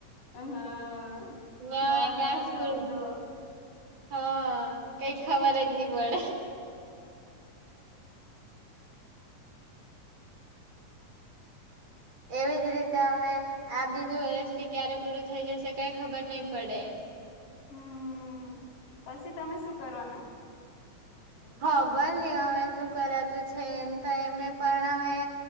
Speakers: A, on the left; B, on the right.
A: હા નવા
B: મે હવે ક્યા
A: નવા
B: સ્કૂલ
A: શબ્દો
B: હા, કઈ ખબર જ નહી પડે. એવી જ રીતે હવે, આ બીજું વર્ષ બી ક્યારે પૂરું થઈ જશે, કઈ ખબર નહી પડે.
A: હમ્મ પસી તમે શું કરવાના?
B: ખબર નહી. હવે શું કરાતું છે? એમ તો એમે પણ હવે